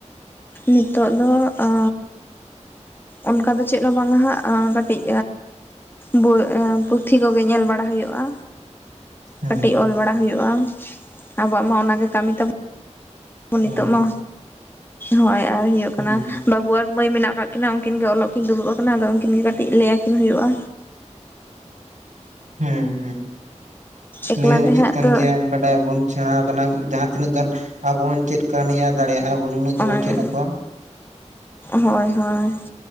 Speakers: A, on the left; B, on the right.
A: ᱱᱤᱛᱚᱜ ᱫᱚ ᱟ ᱚᱱᱠᱟ ᱫᱚ ᱪᱮᱫ ᱦᱚᱸ ᱵᱟᱝᱟ ᱦᱟᱜ ᱠᱟᱹᱴᱤᱡ ᱵᱳᱭ ᱮ ᱯᱩᱛᱷᱤ ᱠᱚᱜᱮ ᱧᱮᱞ ᱵᱟᱲᱟ ᱦᱩᱭᱩᱜᱼᱟ
B: ᱦᱮᱸ
A: ᱠᱟᱹᱴᱤᱡ ᱚᱞ ᱵᱟᱲᱟ ᱦᱩᱭᱩᱜᱼᱟ ᱟᱵᱚᱣᱟᱜ ᱢᱟ ᱚᱱᱟᱜᱮ ᱠᱟᱹᱢᱤ ᱛᱟᱵᱚ
B: ᱦᱳᱭ
A: ᱱᱤᱛᱚᱜ ᱢᱟ ᱦᱚᱭ ᱟᱨ ᱦᱳᱭᱳᱜ
B: ᱦᱩᱸ
A: ᱠᱟᱱᱟ ᱵᱟᱵᱩ ᱟᱨ ᱢᱟᱹᱭ ᱢᱮᱱᱟᱜ ᱟᱠᱟᱫ ᱠᱤᱱᱟ ᱩᱱᱠᱤᱱ ᱜᱮ ᱚᱞᱚᱜ ᱠᱤᱱ ᱫᱩᱲᱩᱵ ᱟᱠᱟᱱᱟ ᱟᱫᱚ ᱩᱱᱠᱤᱱ ᱜᱮ ᱠᱟᱹᱴᱤᱡ ᱞᱟᱹᱭ ᱟᱹᱠᱤᱱ ᱦᱩᱭᱩᱜᱼᱟ
B: ᱦᱮᱸ ᱦᱩᱸ
A: ᱮᱠᱞᱟ
B: ᱞᱟᱹᱭ ᱦᱚᱸ
A: ᱛᱮ
B: ᱩᱪᱤᱛ
A: ᱦᱟᱸᱜ
B: ᱠᱟᱱ
A: ᱛᱚ
B: ᱜᱮᱭᱟ ᱵᱟᱴ ᱦᱮᱸ ᱵᱚᱱ ᱥᱮᱬᱟ ᱟᱠᱟᱱᱟ ᱡᱟᱦᱟᱸ ᱛᱤᱱᱟᱹᱜ ᱜᱟᱱ ᱟᱵᱚ ᱵᱚᱱ ᱪᱮᱫ ᱠᱟᱣ ᱱᱤᱜ-ᱟ ᱫᱟᱲᱮᱭᱟᱜ ᱟᱵᱚ ᱱᱩᱱᱟᱹᱜ ᱜᱮᱵᱚᱱ
A: ᱚᱱᱟᱜᱮ
B: ᱪᱮᱫ ᱟᱠᱚᱣᱟ <inaudible>
A: ᱦᱳᱭ ᱦᱳᱭ